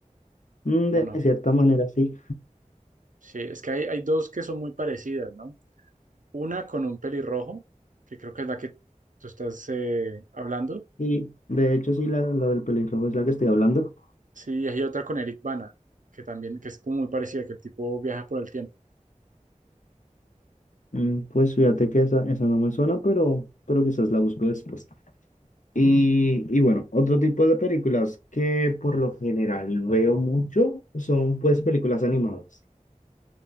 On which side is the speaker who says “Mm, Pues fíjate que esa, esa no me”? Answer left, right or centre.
Left